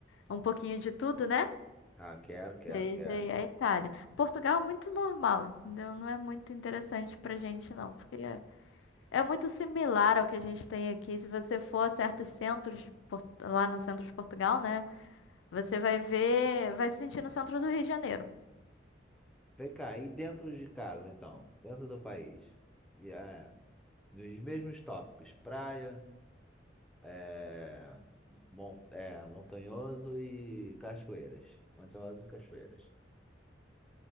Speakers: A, on the left (about 85°); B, in the centre.
A: um pouquinho de tudo, né?
B: Ah, quero, quero,
A: Seja
B: quero.
A: aí a Itália. Portugal é muito normal, entendeu? Não é muito interessante pra gente, não, porque é é muito similar ao que a gente tem aqui. Se você for a certos centros, de Por- lá no centro de Portugal, né? Você vai ver, vai se sentir no centro do Rio de Janeiro.
B: Vem cá, e dentro de casa, então? Dentro do país. E é, nos mesmos tópicos, praia, é, mon- é, montanhoso e cachoeiras. Montanhosos e cachoeiras.